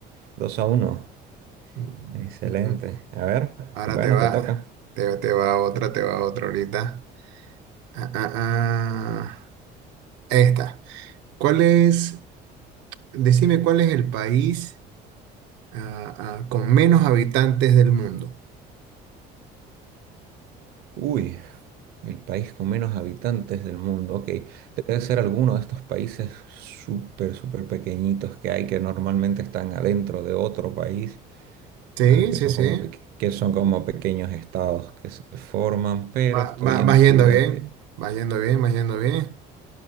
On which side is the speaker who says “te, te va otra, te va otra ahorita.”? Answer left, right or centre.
Right